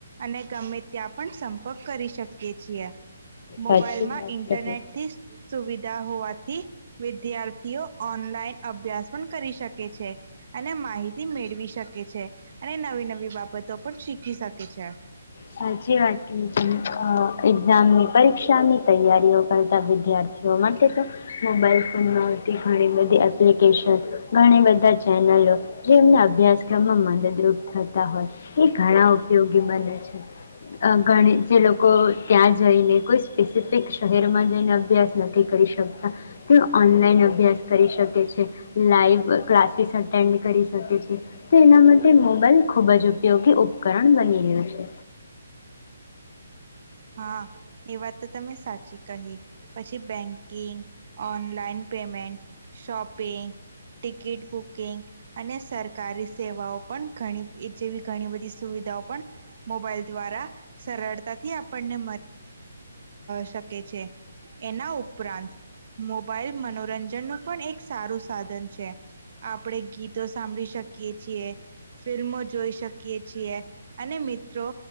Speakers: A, on the right (about 35°); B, on the left (about 35°).
A: અને ગમે ત્યાં પણ સંપર્ક કરી શકીએ છીએ. મોબાઈલમાં
B: સાચી વાત
A: ઇન્ટરનેટથી
B: કહી
A: સુવિ હોવાથી વિદ્યાર્થીઓ ઓનલાઈન અભ્યાસ પણ કરી શકે છે અને માહિતી મેળવી શકે છે અને નવી-નવી બાબતો પણ શીખી શકે છે.
B: સાચી વાત કહી તમે, એક્ઝામની પરીક્ષાની તૈયારીઓ કરતા વિદ્યાર્થીઓ માટે તો મોબાઈલ ફોનમાં આવતી ઘણી બધી એપ્લિકેશન, ઘણી બધા ચેનલો જેમને અભ્યાસક્રમમાં મદદરૂપ થતા હોય એ ઘણા ઉપયોગી બને છે. અ ઘણી જે લોકો ત્યાં જઈને કોઈ સ્પેસિફિક શહેરમાં જઈને અભ્યાસ નથી કરી શકતા તે ઓનલાઈન અભ્યાસ કરી શકે છે લાઈવ ક્લાસીસ અટેન્ડ કરી શકે છે તો એના માટે મોબાઈલ ખુબ જ ઉપયોગી ઉપકરણ બની રહ્યો છે.
A: હા, એ વાત તો તમે સાચી કહી પછી banking, online payment, shopping, ticket booking, અને સરકારી સેવાઓ પણ જે ઘણી એ જેવી ઘણી બધી સુવિધાઓ પણ મોબાઈલ દ્વારા સરળતાથી આપ આપણને શકે છે એના ઉપરાંત મોબાઈલ મનોરંજન નું પણ એક સારું સાધન છે આપણે ગીતો સાંભળી શકીએ છીએ, ફિલ્મો જોઈ શકીએ છીએ અને મિત્રો